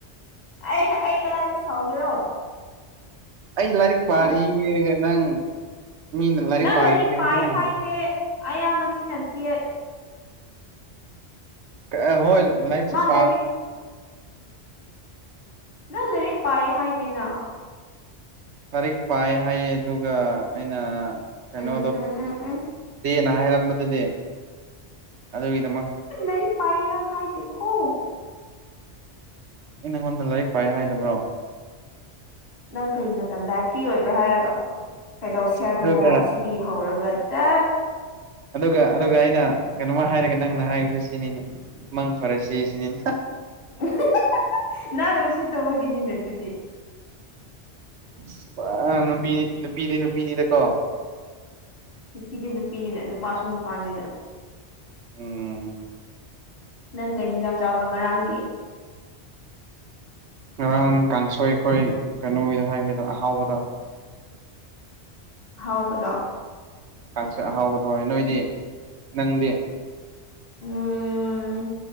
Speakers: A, on the left; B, on the right.
A: ꯑꯩ ꯑꯩ ꯀꯗꯥꯏꯗ ꯁꯥꯎꯒꯦꯔꯣ
B: ꯑꯩ ꯂꯥꯏꯔꯤꯛ ꯄꯥꯔꯤꯒ
A: ꯅꯪ
B: ꯅꯪ ꯃꯤꯅ
A: ꯅꯪ
B: ꯄꯥꯔꯤ
A: ꯂꯥꯏꯔꯤꯛ
B: ꯍꯥꯏꯕ
A: ꯄꯥꯏ
B: ꯅꯪ
A: ꯍꯥꯏꯗꯦ ꯑꯌꯥ ꯃꯆꯤꯟ ꯌꯥꯝ ꯊꯤꯑꯦ
B: ꯀ ꯍꯣꯏ ꯂꯥꯏꯛꯁꯨ
A: ꯃꯥ
B: ꯄꯥ
A: ꯂꯥꯏꯔꯤꯛ ꯅꯪ ꯂꯥꯏꯔꯤꯛ ꯄꯥꯏꯌꯦ ꯍꯥꯏꯗꯦꯅ
B: ꯂꯥꯏꯔꯤꯛ ꯄꯥꯏ ꯍꯥꯏꯌꯦ ꯑꯗꯨꯒ ꯑꯩꯅ ꯑ ꯀꯩꯅꯣꯗꯣ
A: ꯎꯝ ꯎꯝ ꯎꯝ ꯎꯝ
B: ꯗꯦ ꯍꯥꯏꯔꯝꯕꯗꯨꯗꯤ ꯑꯗꯨꯒꯤꯗꯃꯛ
A: ꯂꯩꯔꯤꯛ ꯄꯥꯏꯌꯦꯅ ꯅꯪ ꯍꯥꯏꯗꯦꯀꯣ
B: ꯑꯩ ꯅꯪꯉꯣꯟꯗ ꯂꯥꯏꯔꯤꯛ ꯄꯥꯏꯅ ꯍꯥꯏꯗꯕ꯭ꯔꯣ
A: ꯅꯪ ꯀꯔꯤ ꯃꯇꯝꯗ ꯍꯥꯏ ꯐ꯭ꯔꯤ ꯑꯣꯏꯕ꯭ꯔꯥ ꯍꯥꯏꯔꯒ ꯀꯩꯗꯧꯁꯦ ꯍꯥꯏꯕꯅꯣ
B: ꯑꯗꯨꯒ
A: ꯑꯁꯤꯗꯒꯤ ꯍꯧꯔꯒ ꯇꯠ
B: ꯑꯗꯨꯒ ꯑꯗꯨꯒ ꯑꯩꯅ ꯀꯩꯅꯣꯝꯃ ꯍꯥꯏꯔꯒ ꯅꯪꯅ ꯍꯥꯏꯕꯁꯦ ꯁꯤꯅꯤꯅꯦ ꯃꯪ ꯐꯔꯁꯦ ꯁꯤꯅꯤꯅꯦ
A: <unintelligible> ꯅꯪꯅ ꯎꯁꯤꯠꯇꯕꯒꯤꯅꯤꯅꯦ ꯑꯗꯨꯗꯤ
B: ꯑꯁ ꯄꯨꯔꯥ ꯅꯨꯄꯤ ꯅꯨꯄꯤꯗꯤ ꯅꯨꯄꯤꯅꯤꯗꯀꯣ
A: ꯅꯨꯄꯤꯗꯤ ꯅꯨꯄꯤꯅꯤꯅ ꯅꯨꯄꯥꯁꯨ ꯅꯨꯄꯥꯅꯤꯅ
B: ꯎꯝ
A: ꯅꯪ ꯀꯩ ꯏꯟꯁꯥꯡ ꯆꯥꯕ ꯉꯔꯥꯡꯒꯤ
B: ꯉꯔꯥꯡ ꯀꯥꯡꯁꯣꯏ ꯑꯈꯣꯏ ꯀꯩꯅꯣꯒꯤꯗ ꯍꯥꯏꯒꯦꯕ ꯑꯍꯥꯎꯕꯗ
A: ꯍꯥꯎꯕꯔꯣ
B: ꯀꯥꯡꯁꯣꯏ ꯑꯍꯥꯎꯕꯗꯣ ꯍꯣꯏ ꯅꯣꯏꯗꯤ ꯅꯪꯗꯤ
A: ꯎꯝ